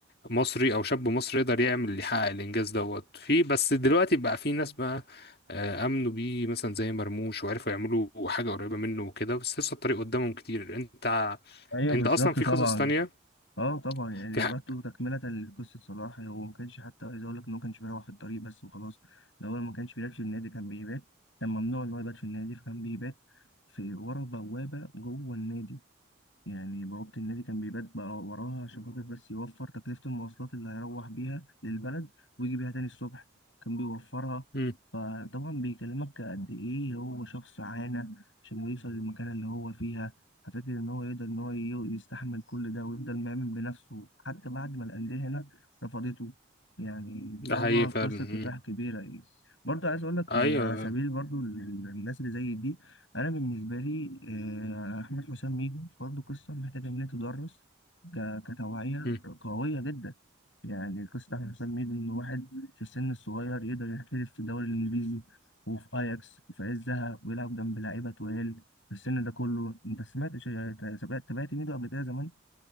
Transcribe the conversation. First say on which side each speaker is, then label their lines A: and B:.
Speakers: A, on the left; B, on the left.
A: مصري او شاب مصري يقدر يعمل يحقق الانجاز دوت في بس دلوقتي بقى في ناس بقى آه، امنوا بيه مثلا زي مرموش وعرفوا يعملوا حاجه قريبه منه وكده بس لسه الطريق قدامهم كتير انت ع-
B: ايوه
A: انت
B: بالظبط
A: اصلا في
B: طبعا
A: قصص تانية
B: اه طبعا يعني
A: في ح...
B: برضه تكملة لقصة صلاح هو ما كانش حتى عايز اقول لك ان هو ما كانش بيروح في الطريق بس وخلاص الاول ما كانش بيلعب في النادي كان بيبات كان ممنوع ان هو يبات في النادي فكان بيبات في ورا بوابة جوه النادي يعني بوابة النادي كان بيبات بقى وراها عشان خاطر بس يوفر تكلفة المواصلات اللي هيروح بيها للبلد ويجي بيها تاني الصبح كان بيوفرها
A: مم.
B: فطبعا بيكلمك قد ايه هو شخص عانى عشان يوصل للمكانة اللي هو فيها ففكر ان هو يقدر ان هو ي- يستحمل كل ده ويفضل مؤمن بنفسه حتى بعد ما الأندية هنا رفضته يعني
A: ده
B: طبعا
A: حقيقي
B: قصة
A: فعلا مم.
B: كفاح كبيرة يعني برضه عايز اقول لك
A: ايوه
B: يعني على سبيل برضه ال- الناس اللي زي دي انا بالنسبه لي آه، احمد حسام ميدو برضه قصه محتاجه ان هي تدرس ك- كتوعيه
A: مم.
B: قويه جدا يعني قصه احمد حسام ميدو ان واحد في السن الصغير يقدر يحترف في الدوري الانجليزي وفي اياكس في عزها ويلعب جنب لعيبه تقال في السن ده كله انت سمعت شي- تابعت تابعت ميدو قبل كده زمان